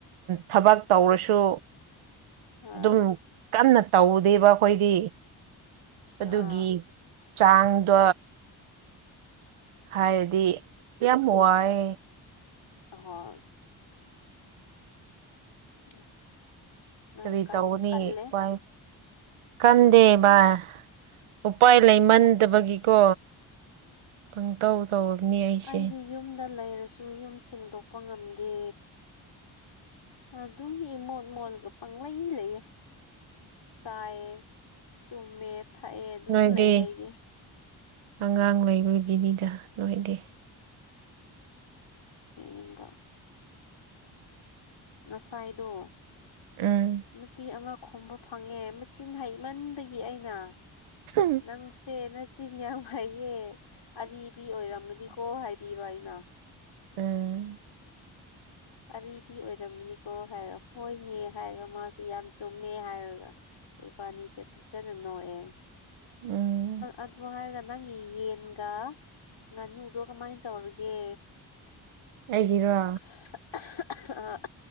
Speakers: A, on the right; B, on the left.
A: ꯊꯕꯛ ꯇꯧꯔꯁꯨ
B: ꯑꯥ
A: ꯑꯗꯨꯝ ꯀꯟꯅ ꯇꯧꯗꯦꯕ ꯑꯩꯈꯣꯏꯒꯤ ꯑꯗꯨꯒꯤ
B: ꯑꯥ
A: ꯆꯥꯡꯗꯣ ꯍꯥꯏꯔꯗꯤ ꯌꯥꯝ ꯋꯥꯏ
B: ꯍꯣꯏ <unintelligible> ꯑꯁ ꯅꯪ
A: ꯀꯔꯤ
B: ꯀꯟꯕꯨ
A: ꯇꯧꯅꯤ
B: ꯀꯜꯂꯦ
A: ꯚꯥꯏ ꯀꯟꯗꯦ ꯚꯥꯏ ꯎꯄꯥꯏ ꯂꯩꯃꯟꯗꯕꯒꯤꯀꯣ ꯄꯪꯇꯧ ꯇꯧꯔꯕꯅꯤ ꯑꯩꯁꯦ
B: ꯑꯩꯗꯤ ꯌꯨꯝꯗ ꯂꯩꯔꯁꯨ ꯌꯨꯝ ꯁꯦꯡꯗꯣꯛꯄ ꯉꯝꯗꯦ ꯑꯗꯨꯝ ꯏ ꯃꯣꯠ ꯃꯣꯠꯒ ꯄꯪꯪꯂꯩ ꯂꯩꯌꯦ ꯆꯥꯏꯑ ꯇꯨꯝꯃꯦ ꯊꯛꯑꯦ ꯑꯗꯨꯝ
A: ꯅꯣꯏꯗꯤ
B: ꯂꯩ ꯑꯩꯗꯤ
A: ꯑꯉꯥꯡ ꯂꯩꯕꯒꯤꯅꯤꯗ ꯅꯣꯏꯗꯤꯦ
B: ꯁꯤꯕ ꯉꯁꯥꯏꯥꯏꯗꯣ
A: ꯎꯝ
B: ꯅꯨꯄꯤ ꯑꯃ ꯈꯣꯝꯕ ꯐꯪꯉꯦ ꯃꯆꯤꯟ ꯍꯩꯃꯟꯕꯒꯤ ꯑꯩꯅ
A: ꯍ
B: ꯅꯪꯁꯦ ꯅꯆꯤꯟ ꯌꯥꯝ ꯐꯩꯌꯦ ꯑꯤ ꯑꯣꯏꯔꯝꯒꯅꯤꯀꯣ ꯍꯥꯏꯕꯤꯕ ꯑꯩꯅ
A: ꯎꯝ
B: ꯑꯤ ꯑꯣꯏꯔꯝꯃꯤꯅꯤꯀꯣ ꯍꯥꯏꯔ ꯍꯣꯏꯅꯦ ꯍꯥꯏꯔꯒ ꯃꯥꯁꯨ ꯌꯥꯝ ꯆꯨꯝꯃꯦ ꯍꯥꯏꯔꯒ ꯑꯩꯣꯏꯕꯥꯅꯤꯁꯦ ꯐꯖꯅ ꯅꯌꯦ
A: ꯎꯝ
B: ꯑꯗꯨ ꯍꯥꯏꯔꯒ ꯅꯪꯒꯤ ꯌꯦꯟꯒ ꯉꯥꯅꯨꯗꯣ ꯀꯃꯥꯏꯅ ꯇꯧꯔꯒꯦ
A: ꯑꯩꯒꯤꯔꯣ
B: <unintelligible> ꯑ